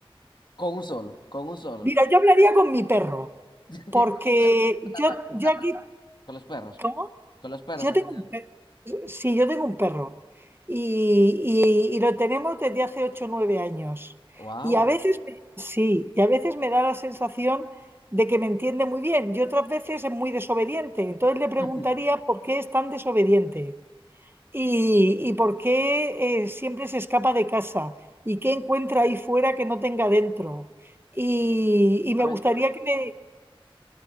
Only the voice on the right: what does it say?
Mira, yo hablaría con mi perro,
porque
yo,
yo
aquí...
¿Cómo?
Yo
tengo
un pe- sí, yo tengo un perro y, y- y lo tenemos desde hace 8 o 9 años.
Y a veces me- sí, y a veces me da la sensación de que me entiende muy bien y otras veces es muy desobediente. Entonces le preguntaría
por qué es tan desobediente y, y por qué eh, siempre se escapa de casa y qué encuentra ahí fuera que no tenga dentro. Y, y me
gustaría que me...